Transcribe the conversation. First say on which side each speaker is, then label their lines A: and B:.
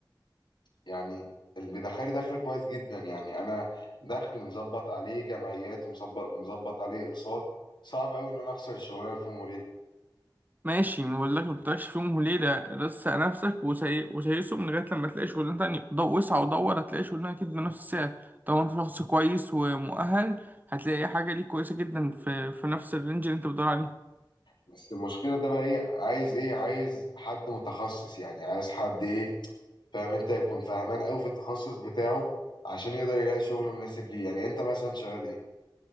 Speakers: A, on the left; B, on the right.
A: يعني اللي دخلي دخل كويس جدا يعني انا دخل مظبط عليه جمعيات ومظبط مظبط عليه اقساط صعب قوي ان انا اخسر الشغلانه في يوم وليله
B: ماشي ولكن ما تطلعش فيهم وليلة رسق نفسك وسي... وسيسهم لغاية لما تلاقي شغلانة تانية ضو وسع ودور هتلاقي شغلانة أكيد بنفس السعر طبعا أنت شخص كويس ومؤهل هتلاقي حاجة ليك كويسة جدا في, في نفس الرينج اللي أنت بتدور عليه
A: بس المشكله ده بقى ايه عايز ايه عايز حد متخصص يعني عايز حد ايه فاهم انت يكون فاهمان قوي في التخصص بتاعه عشان يقدر يلاقي شغل مناسب ليه يعني انت مثلا شغال ايه